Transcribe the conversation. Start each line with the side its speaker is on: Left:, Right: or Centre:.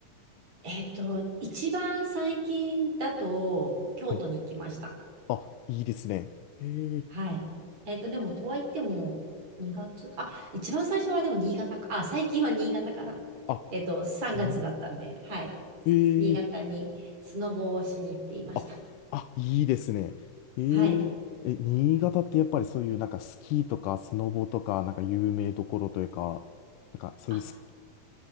Right: えっと、一番最近だと、京都に行きました。
Left: はい。あ、いいですね。へえ。
Right: はい。えっと、でも、とはいっても、2月、あ、一番最初はでも新潟か、あ、最近は新潟かな。
Left: あ、
Right: えっと、3月だったんで、
Left: へえ。
Right: はい。
Left: へえ
Right: 新潟にスノボをしに行っていました。
Left: あ、あ、いいですね。へえ。
Right: はい。
Left: え、新潟ってやっぱりそういうなんかスキーとかスノボとかなんか有名どころというか、なんかそういうスキ、
Right: あ、